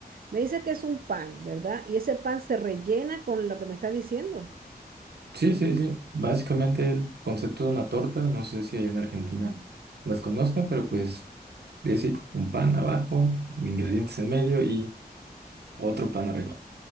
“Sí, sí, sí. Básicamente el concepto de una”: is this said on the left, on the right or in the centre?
Right